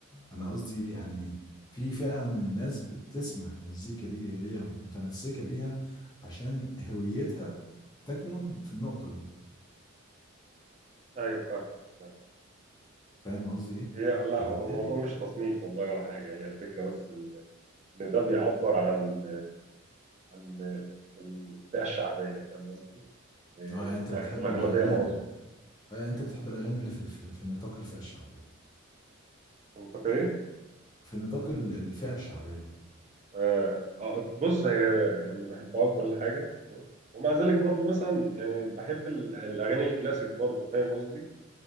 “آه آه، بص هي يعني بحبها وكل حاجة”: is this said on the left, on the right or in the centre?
Right